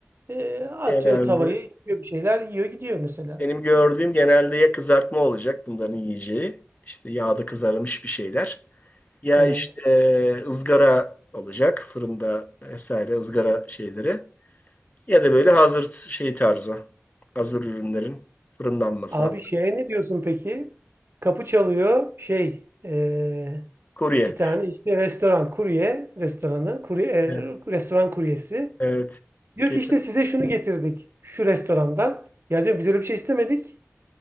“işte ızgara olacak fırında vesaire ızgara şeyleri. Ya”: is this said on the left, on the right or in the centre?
Left